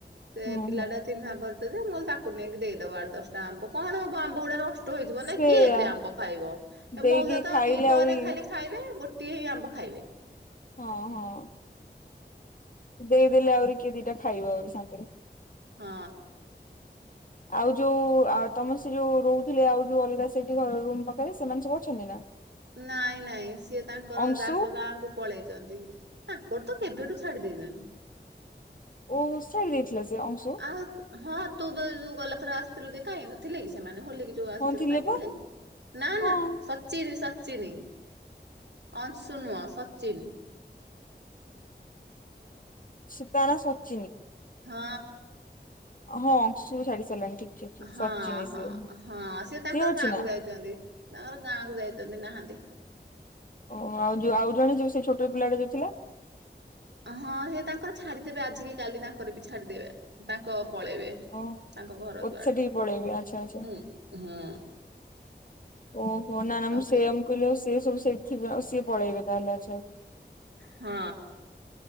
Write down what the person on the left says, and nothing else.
ହୁଁ
ହୁଁ।
ସେଇଆ
ଦେଇକି
ଖାଇଲେ
ଆହୁରି
ହଁ-ହଁ ଦେଇଦେଲେ ଆଉରି କିଏ ଦିଟା ଖାଇବ ଆଉରି ଶାନ୍ତିରେ।
ଆଉ ଯୋଉ ଆଉ ତମେ ସେ ଯୋଉ ରହୁଥିଲେ ଆଉ ଯୋଉ ଅଲ୍ଗା ସେଇଠି ଘର୍ ରୁମ୍ ପାଖରେ ସେମାନେ ସବୁ ଅଛନ୍ତି ନା?
ଅଂଶୁ
ଓହ ସାରି ଦେଇଥିଲା ସେ ଅଂଶୁ।
ହଁ ଥିଲେ
ପା
ହଁ।
ସ ତା ନା ସଚିନି।
ହଁ ଅଂଶୁ ବି ଛାଡି ସାରିଲାଣି ଠିକ। ଠିକ ଠିକ
ସଚିନି
ସିଏ
ଅଛି
ନା
ଓହ ଆଉ ଆଉ ଜଣେ ଯୋଉ ସେ ଛୋଟ ପିଲାଟେ ଯୋଉ ଥିଲା।
ଓ
ଓ
ସେଠିକି ପଳେଇବେ ଆଚ୍ଛା ଆଚ୍ଛା।
ଓହୋ ନା ନା ମୁଁ ସେମ
କହିଲ ଆଉ ସିଏ ସବୁ ସେଠି ଆଉ ସିଏ ପଳେଇବେ ତାହେଲେ ଆଚ୍ଛା।